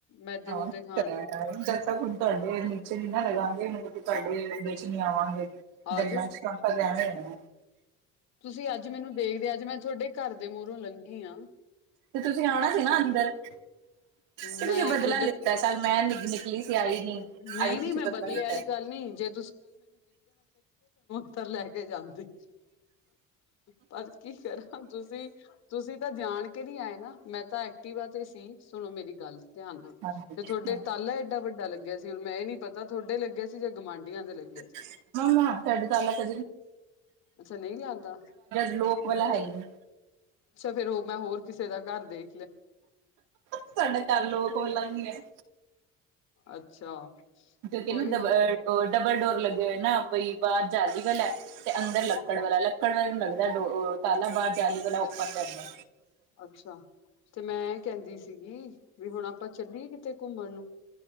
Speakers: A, on the left; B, on the right.
A: ਮੈਦੇ
B: ਹਹ
A: ਮੂਦੇ ਖਾਣ ਨੂੰ
B: ਜਦ ਤ ਹੁਣ ਤੁਹਾਡੇ ਨੀਚੇ ਨੀ ਨਾ ਲਗਾਾਂਗੇ ਮਤਲਬ ਕਿ ਤੁਹਾਡੇ ਨ ਆਵਾਂਗੇ
A: ਆ
B: ਗੱਲਾਂ
A: ਜਾਓ
B: ਚਫ਼ ਲਿਆ <inaudible> <inaudible>
A: ਤੁਸੀਂ ਅੱਜ ਮੈਨੂੰ ਦੇਖਦੇ ਅੱਜ ਮੈਂ ਤੁਹਾਡੇ ਘਰ ਦੇ ਮੂਹਰੋਂ ਲੰਘੀ ਆਾਂ
B: ਤੇ ਤੁਸੀਂ ਆਉਣਾ ਸੀ ਨਾ ਅੰਦਰ ਤੇ ਤੁਸੀਂ
A: ਮੈਂ
B: ਬਦਲਾ
A: ਤੁਹਾਡੇ
B: ਲਿੱਤਾ ਕੱਲ ਮੈਂ ਨ ਨਿਕਲੀ ਸੀ ਆਈ ਨ
A: ਨਹੀਂ
B: ਆਈ
A: ਨਹੀਂ
B: ਤੁਸੀਂ
A: ਮੈਂ
B: ਬਦਲਾ
A: ਬਦਲੇ
B: ਲਿੱਤਾ
A: ਵਾਲੀ ਗੱਲ ਨੀ ਜੇ ਪੱਥਰ ਲੈ ਕੇ ਜਾਂਦੀ ਪਰ ਕੀ ਕਰਾਂ ਤੁਸੀਂ ਤੁਸੀਂ ਤਾਂ ਜਾਣ ਕੇ ਨੀ ਆਏ ਨਾ ਮੈਂ ਤਾਂ ਐਕਟਿਵਾ ਤੇ ਸੀ ਸੁਣੋ ਮੇਰੀ ਗੱਲ ਧਿਆਨ ਆ
B: ਹਾਂਜੀ
A: ਤੇ ਤੁਹਾਡੇ
B: ਹਾਂਜੀ
A: ਤਾਲਾ ਏਡਾ ਵੱਡਾ ਲੱਗਿਆ ਸੀ ਹੁਣ ਮੈਂ ਨੀ ਪਤਾ ਤਾਂ ਤੁਹਾਡੇ ਲੱਗੇ ਸੀ ਜਾਂ ਗੁਾਂਢੀਆਂ ਦੇ ਲੱਗੇ
B: <inaudible> ਦਰਵਾਜ਼ਾ
A: ਅੱਛਾ ਨਹੀਂ ਲੱਗਦਾ
B: ਲੋਕ ਵਾਲਾ ਹੈ ਹੀ ਨਹੀਂ
A: ਫੇਿਰ ਉਹ ਮੈਂ ਹੋਰ ਕਿਸੇ ਦਾ ਘਰ ਦੇ
B: ਸਾਡਾ ਘਰ ਲੋਕ ਵਾਲਾ ਨਹੀਂ ਹੈ
A: ਅੱਛਾ
B: ਜੋ
A: ਕੋਈ
B: ਨਾ
A: ਗੱਲ
B: ਡਬਲ ਡੋਰ ਡਬਲ ਡੋਰ ਲੱਗੇ ਹੋਏ ਨਾ ਬਈ ਬਾਹਰ ਜਾਦੀ ਵ ਲੈ ਤੇ ਅੰਦਰ ਲੱਕੜ
A: ਹੂੰ
B: ਵਾਲਾ ਲੱਕੜ ਵਾਲ ਲੱਗਦਾ ਡੋ ਕਾਲਾ ਬਾਰ ਜਾਲਲੀ ਵਾਲਾ ਉੱਪਰ ਪੈਂਦਾ
A: ਅੱਛਾ ਤੇ ਮੈਂ ਇਹ ਕਹਿੰਦੀ ਸੀਗੀ ਵੀ ਹੁਣ ਆਪਾਂ ਚੱਲੀ ਕਿਤੇ ਘੁੰਮਣ ਨੂੰ